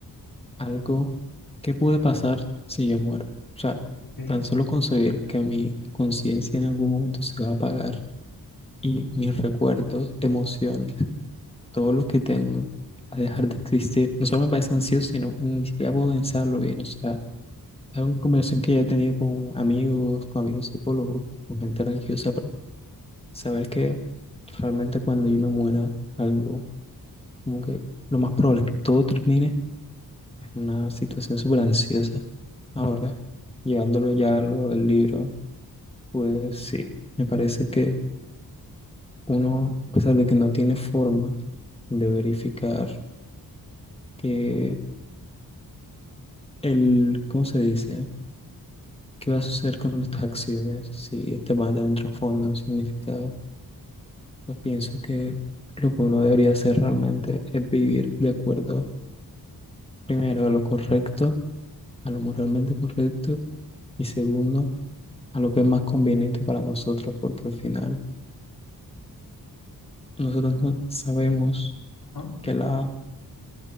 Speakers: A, on the left; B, on the left.
A: algo que puede pasar si yo muero. O sea,
B: Ok.
A: tan solo concebir que mi conciencia en algún momento se va a apagar y mis recuerdos, emociones, todo lo que tengo a dejar de existir, no solo me parece ansioso, sino ni siquiera puedo pensarlo bien. O sea, es una conversación que ya he tenido con amigos, con amigos psicólogos, con gente religiosa, pero saber que realmente cuando yo me muera, algo como que lo más probable es que todo termine es una situación súper ansiosa. Ahora,
B: Mm,
A: llevándolo ya a lo del libro, pues sí, me parece que uno, a pesar de que no tiene forma de verificar que el, ¿cómo se dice? ¿Qué va a suceder con nuestras acciones? Si este va a dar un trasfondo, un significado, pues pienso que lo que uno debería hacer realmente es vivir de acuerdo, primero, a lo correcto, a lo moralmente correcto, y segundo, a lo que es más conveniente para nosotros, porque al final nosotros no sabemos
B: Ajá.
A: que la